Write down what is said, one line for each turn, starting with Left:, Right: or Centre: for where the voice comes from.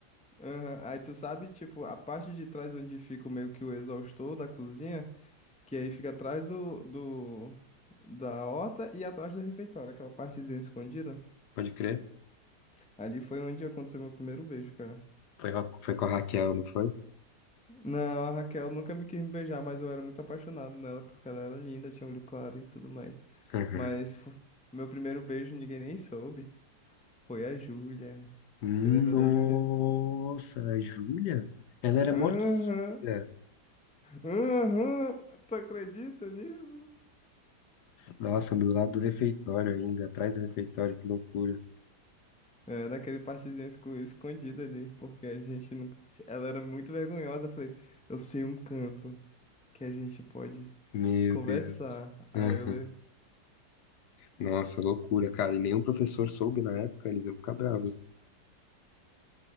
Centre: Aham. Aí tu sabe, tipo, a parte de trás onde fica meio que o exaustor da cozinha? Que aí fica atrás do, do, da horta e atrás do refeitório, aquela partezinha escondida.
Left: pode crer.
Centre: Ali foi onde aconteceu meu primeiro beijo, cara.
Left: Foi, ra- foi com a Raquel, não foi?
Centre: Não, a Raquel nunca me quis me beijar, mas eu era muito apaixonado nela, porque ela era linda, tinha olho claro e tudo mais.
Left: Uhum.
Centre: Mas fo- meu primeiro beijo ninguém nem soube. Foi a Júlia.
Left: Nossa,
Centre: Você lembra da Júlia?
Left: a Júlia? Ela era mó
Centre: Aham,
Left: tímida.
Centre: aham, tu acredita nisso?
Left: Nossa, do lado do refeitório ainda, atrás do refeitório,
Centre: <laughs>
Left: que loucura.
Centre: É, naquele partezinho esco- escondido ali, porque a gente não. Ela era muito vergonhosa. Eu falei, eu sei um canto que a gente pode
Left: Meu
Centre: conversar.
Left: Deus.
Centre: Aí
Left: Aham.
Centre: eu le...
Left: Nossa, loucura, cara. E nenhum professor soube na época, eles iam ficar bravos. hein?